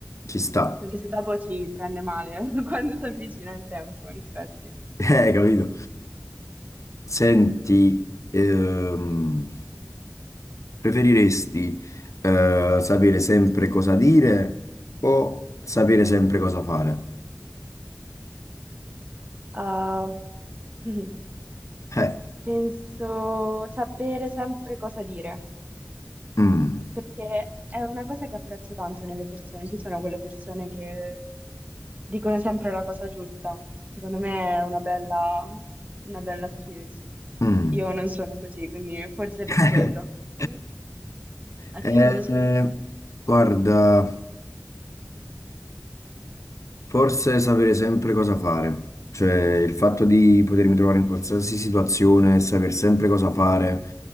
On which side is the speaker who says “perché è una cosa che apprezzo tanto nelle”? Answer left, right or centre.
Right